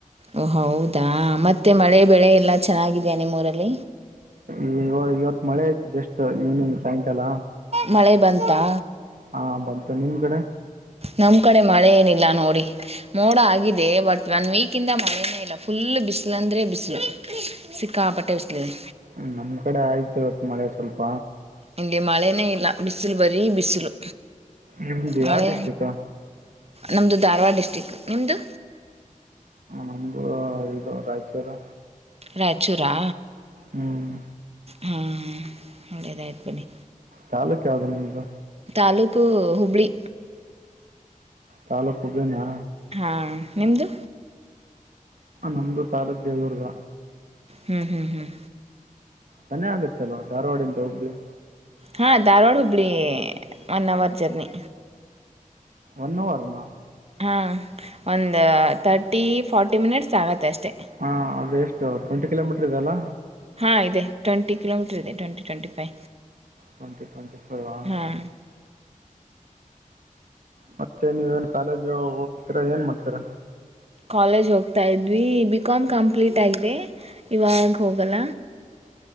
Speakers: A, on the right (about 50°); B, on the right (about 75°).
A: ಓ ಹೌದಾ ಮತ್ತೆ ಮಳೆ ಬೆಳೆ ಎಲ್ಲ ಚೆನ್ನಾಗಿದೆಯಾ ನಿಮ್ಮೂಊರಲ್ಲಿ
B: ಈ ಇವತ್ ಮಳೆ ಯತು ಜಸ್ಟ್ ಈವ್ನಿಂಗ್ ಸಾಯಂಕಾಲ
A: ಮಳೆ ಬಂತಾ
B: ಹಾ ಬಂತ ನಿಮ್ ಕಡೆ
A: ನಮ್ ಕಡೆ ಮಳೆ ಏನಿಲ್ಲ ನೋಡಿ ಮೋಡ ಆಗಿದೆ ಬಟ್ ಒನ್ ವೀಕ್ ಇಂದ ಮಳೆನೇ ಇಲ್ಲ ಫುಲ್ ಬಿಸಿಲು ಅಂದ್ರೆ ಬಿಸಲು ಸಿಕ್ಕಾಪಟ್ಟೆ ಬಿಸಲಿದೆ
B: ಹ್ಮ ನಮ್ ಕಡೆ ಆಯ್ತು ಇವತ್ತು ಮಳೆ ಸ್ವಲ್ಪ
A: ಇಲ್ಲಿ ಮಳೆನೇ ಇಲ್ಲ ಬಿಸಿಲು ಬರೀ ಬಿಸಿಲು
B: ನಿಮ್ಮದು
A: ಮಳೆ
B: ಯಾವ ಡಿಸ್ಟಿಕ್
A: ನಮ್ದು ಧಾರವಾಡ ಡಿಸ್ಟ್ರಿಕ್ ನಿಮ್ದು
B: ನಮ್ದು ಇದು ರಾಯಚೂರು
A: ರಾಯಚೂರಾ
B: ಹ್ಮ್
A: ಹಾ ಒಳ್ಳೇದಾಯ್ತು ಬನ್ನಿ
B: ತಾಾಲೂಕ ಅದು ನಿಮ್್ದ
A: ತಾಲೂಕು ಹುಬ್ಳ್ಳಿ
B: ತಾಾಲೂಕುಬನಾ
A: ಹಾಂ ನಿಮದು
B: ನಮ್ದು ತಾಲೂಕ್ ದೇವದುರ್ಗ.
A: ಹ್ಮ್ ಹ್ಮ್ ಹ್ಮ್
B: ಸನೆ ಆಗುತ್ತಲ್ವಾ ಧಾರವಾಡಿಂದ ಹುಬ್ಬಳ್ಳಿ.
A: ಹಾಂ Dharwad Hubballi one hour journey
B: one hour ನಾ.
A: ಹಾಂ ಒಂದು ತರ್ಟಿ ಫಾರ್ಟಿ ಮಿನಿಟ್ಸ್ ಆಗುತ್ತೆ ಅಷ್ಟೇ.
B: ಹಾ ಅದು ಎಷ್ಟು ಟ್ವೆಂಟಿ ಕಿಲೋಮೀಟರ್ ಇದೆ ಅಲ್ಲ.
A: ಹಾ ಇದೇ ಟೆಂಟಿ ಕಿಲೋಮೀಟರ್ ಇದೆ twenty twenty five.
B: Twenty twenty five.
A: ಹಾಂ
B: ಮತ್ತೆ ನೀವೇನ್ ಕಾಲೇಜ್ ಹೋಗ್ತೀರಾ ಏನ್ ಮಾಡ್ತೀರಾ.
A: ಕಾಲೇಜ್ ಹೋಗ್ತಾ ಇದ್ವಿ ಬಿ ಕಾಮ್ ಕಂಪ್ಲೀಟ್ ಆಗಿದೆ. ಇವಾಗ ಹೋಗಲ್ಲ.